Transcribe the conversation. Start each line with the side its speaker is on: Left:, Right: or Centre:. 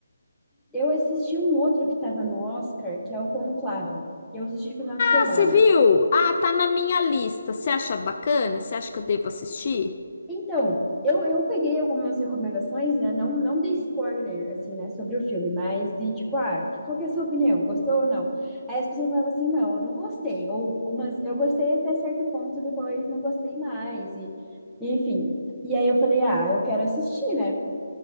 Centre: Eu assisti um outro que estava no Oscar, que é o Conclave. Eu assisti final de semana.
Left: Ah, você viu? Ah, tá na minha lista. Você acha bacana? Você acha que eu devo assistir?
Centre: Então, eu, eu peguei algumas recomendações, né? Não, não dei spoiler, assim, né? Sobre o filme, mas de tipo, ah, qual que é a sua opinião? Gostou ou não? Aí as pessoas falavam assim, não, eu não gostei. Ou, ou mas eu gostei até certo ponto, depois não gostei mais. E, e, enfim. E aí eu falei, ah, eu quero assistir, né?